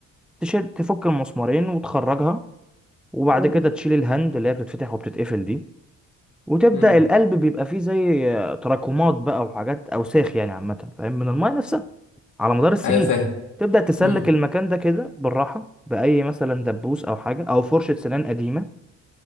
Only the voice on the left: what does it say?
مم.
ايوه فاهم
مم.